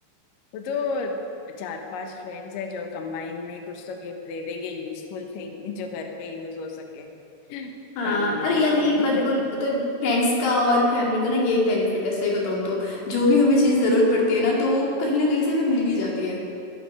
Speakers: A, on the left; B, on the left.
A: वो तो चार पांच फ्रेंड्स है जो कंबाइन में कुछ तो गिफ्ट दे देंगे यूजफुल थिंग <laughs> जो घर पे यूज हो सके <laughs>
B: हाँ
A: फैमिली
B: अरे
A: के
B: यार
A: लिए
B: ये बिल्कुल
A: <laughs>
B: मतलब फ्रेंड्स का और फैमिली का ना यही बेनिफिट है सही बताऊँ तो जो भी हमें चीज़ ज़रूरत पड़ती है ना तो वो कहीं ना कहीं से हमें मिल ही जाती है